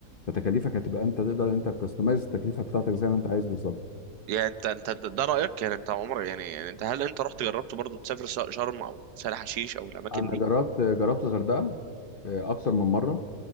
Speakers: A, on the left (about 45°); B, on the right (about 80°).
A: فتكاليفك هتبقى انت تقدر انت تكستمايز التكلفه بتاعتك زي ما انت عايز بالظبط
B: يعني انت انت انت- ده رايك يعني انت عمرك يعني يعني انت هل انت رحت جربت برضو تسافر س- شرم او سهل حشيش او الاماكن
A: انا
B: دي
A: جربت جربت الغردقه آه، اكتر من مره